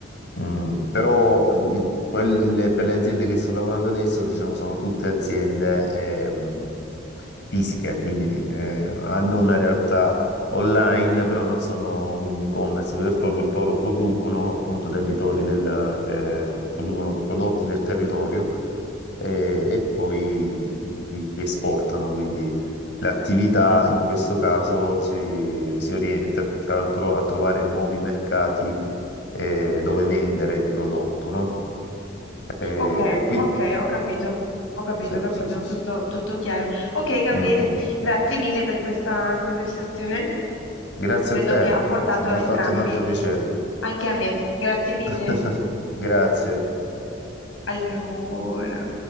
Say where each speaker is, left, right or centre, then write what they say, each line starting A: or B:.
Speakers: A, on the left; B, on the left.
A: Mm, però eh, di- quelle- le- per le aziende che sto lavorando adesso, diciamo, sono tutte aziende ehm, fisiche, quindi eh, hanno una realtà online, però non sono un e-commerce vero e proprio, loro producono appunto territori del, eh, producono prodotti del territorio eh, e poi li, li esportano, quindi l'attività in questo caso si, si orienta più che altro a trovare nuovi mercati eh, dove vendere il prodotto, no? Eh,
B: Ok,
A: quindi,
B: ok, ho capito, ho capito,
A: sì,
B: ho capito,
A: sì, sì,
B: tutto,
A: sì.
B: tutto chiaro. Ok, Gabriele,
A: Mm, mm. mm.
B: grazie mille per questa conversazione.
A: Grazie
B: Credo
A: a te,
B: che ha portato
A: mi
B: a
A: ha
B: entrambi,
A: fatto tanto piacere.
B: anche a me. Grazie mille.
A: <laughs> Grazie.
B: Allora.